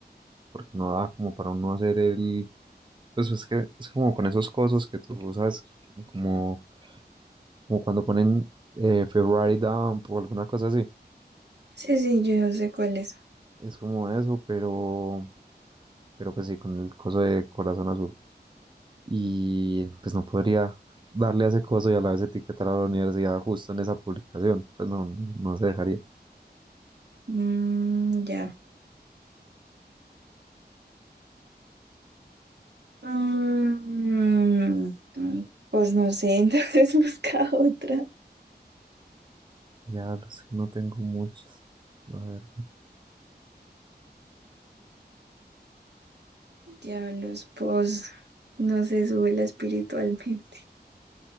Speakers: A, on the right (about 25°); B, on the right (about 80°).
A: porque no da como para uno hacer el... Pues es que es como con esos cosos que tú sabes, como, como cuando ponen eh, Ferrari Dump o alguna cosa así.
B: Sí, sí, yo sé cuál es.
A: Es como eso, pero... pero pues sí, con el coso de corazón azul. Y pues no podría darle a ese coso y a la vez etiquetar a la universidad justo en esa publicación, pues no, no se dejaría.
B: Mm, ya. Mm, mm, mm. pues no sé, <laughs> entonces busca otra.
A: Diablos, que no tengo muchas. A ver,
B: Diablos, pues no se sube la espiritualmente.